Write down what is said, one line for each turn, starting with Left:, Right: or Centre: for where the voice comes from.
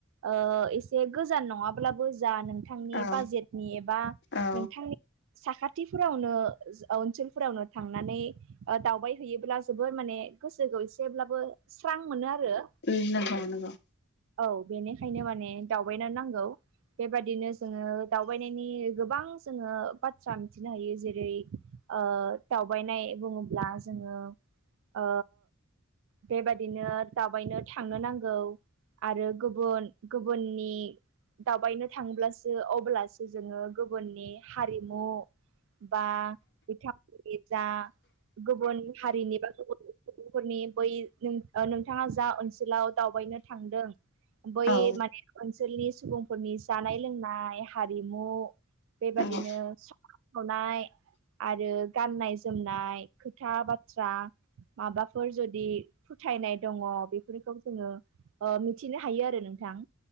Right: ओ एसे गोजान नङाब्लाबो जा नोंथांनि
Left: औ
Right: बाजेटनि एबा
Left: औ
Right: नोंथांनि साखाथिफोरावनो ओनसोलफोरावनो थांनानै दावबाय हैैयोब्ला जोबोर माने गोसोखौ एसेब्लाबो स्रां मोनो आरो।
Left: उम नंगौ नंगौ।
Right: औ बेनिखायनो माने दावबायनानै नांगौ। बेबादिनो जोङो दावबायनायनि गोबां जोङो बाथ्रा मिथिनो हायो जेरै ओ दावबायनाय बुङोब्ला जोङो ओ बेबादिनो दावबायनो थांनो नांगौ आरो गुबुन गुबुननि दावबायनो थांब्लासो अब्लासो जोङो गुबुननि हारिमु बा बिथांमोननि जा गुबुन हारिनि बा सुबुंफोरनि बै नोंथाङा जा ओनसोलाव दावबायनो थांदों बै
Left: औ
Right: माने ओनसोलनि सुबुंफोरनि जानाय लोंनाय हारिमु बेबादिनो
Left: नंगौ
Right: सनाय आरो गाननाय जोमनाय खोथा बाथ्रा माबाफोर जुदि फोथायनाय दङ बेफोरखौ जोङो मिथिनो हायो आरो नोंथां